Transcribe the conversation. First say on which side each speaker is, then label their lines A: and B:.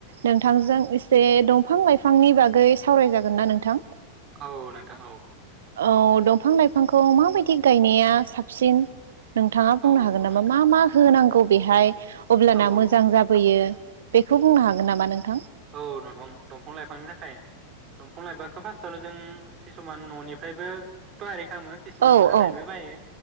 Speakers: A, on the right; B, on the right.
A: नोंथांजों एसे दंफां लाइफांनि बागै सावराय जागोन ना नोंथां?
B: औ नोंथां औ
A: औ दंफां लाइफांखौ माबायदि गायनाया साबसिन नोंथाङा बुंनो
B: औ
A: हागोन नामा
B: नोंथां
A: मा मा होनांगौ? बेहाय अब्लाना
B: औ
A: मोजां जाबोयो बेखौ बुंनो हागोन नामा नोंथां?
B: औ नंथां दंफां लाइफांनि थाखाय दंफां लाइफांखौ फार्स्टआवनो जों किसुमान न'निफ्रायबो टरेक्ट खालामो किसुमान
A: औ
B: हाथाइनिबो
A: औ
B: बायो